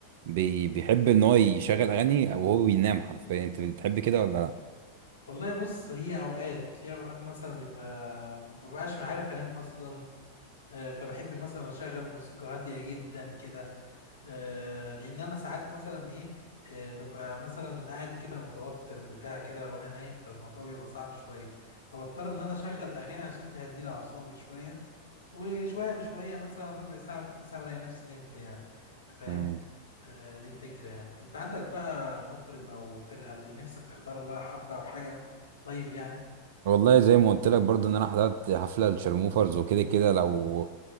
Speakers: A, on the right; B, on the left.
A: بي... بيحب ان هو يشغل اغاني وهو بينام حرفيا انت بتحب كده ولا لا
B: والله بص هي اوقات في اوقات مثلا بيبقى مببقاش عارف انام اصلا آه، فبحب مثلا اشغل موسيقى هاديه جدا كده آه، لان انا ساعات مثلا ايه آه، ببقى مثلا قاعد كده متوتر بتاع كده وانا نايم فالموضوع بيبقى صعب شويه فبضطر ان انا اشغل اغاني عشان تهدي لي اعصابي شويه وشويه بشويه مثلا ربع ساعه وتلت ساعه بلاقي نفسي نمت يعني أنت فاهم
A: مم.
B: آه، دي الفكرة يعني انت عندك بقى مطرب او فرقة اللي نفسك تحضر لها حفلة او حاجة لايف يعني
A: والله زي ما قلت لك برضه ان انا حضرت حفله للشرموفرز وكده كده لو